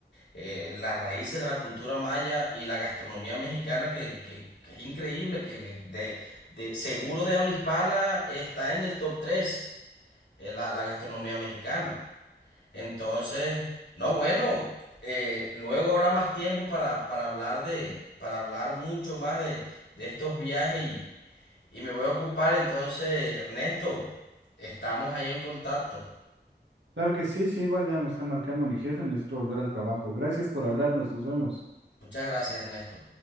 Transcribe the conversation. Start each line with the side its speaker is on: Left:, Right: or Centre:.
Left: eh, las raíces de la cultura maya y la gastronomía mexicana que, que- que es increíble, que de, de seguro de habla hispana está en el top 3 es la, la gastronomía mexicana. Entonces, no, bueno, eh, luego habrá más tiempo para, para hablar de, para hablar mucho más de, de estos viajes y, y me voy a ocupar entonces, Ernesto, estamos ahí en contacto.
Right: Claro que sí, sí, igual ya me está marcando mi jefe, necesito volver al trabajo. Gracias por hablarnos, nos vemos.
Left: Muchas gracias, Ernesto.